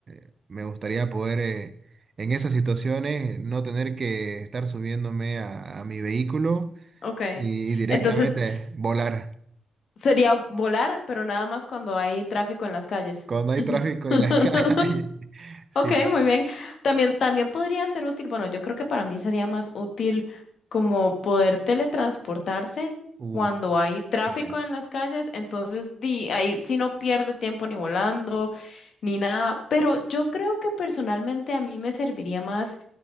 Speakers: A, on the right; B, on the left.
A: eh, Me gustaría poder, eh, en esas situaciones, no tener que estar subiéndome a, a mi vehículo
B: Ok.
A: y directamente
B: Entonces
A: volar.
B: sería volar, pero nada más cuando hay tráfico en las calles.
A: Cuando hay tráfico
B: <laughs>
A: en las calles. <laughs> Sí.
B: Ok, muy bien. También, también podría ser útil, bueno, yo creo que para mí sería más útil como poder teletransportarse
A: Uf.
B: cuando hay tráfico
A: eh,
B: en las calles, entonces di, ahí sí no pierde tiempo ni volando ni nada, pero yo creo que personalmente a mí me serviría más